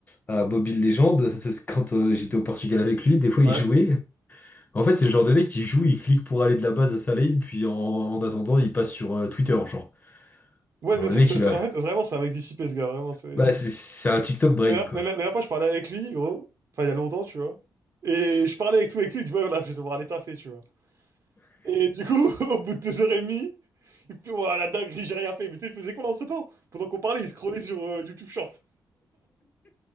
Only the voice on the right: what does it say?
Ouais.
Ouais,
mais en
fait,
ça-
ça-
en fait vraiment, c'est un mec dissipé, ce gars, vraiment, c'est...
La dernière,
la la dernière fois, je parlais avec lui, gros, enfin, il y a longtemps, tu vois, et je parlais avec tout avec lui, tu vois, là, je vais devoir aller taffer, tu vois. Et du coup, <laughs> au bout de deux heures et demie, il fait, Ouah, la dinguerie, j'ai rien fait, mais tu sais, il faisait quoi entre-temps? Pendant qu'on parlait, il scrollait sur euh, YouTube Short.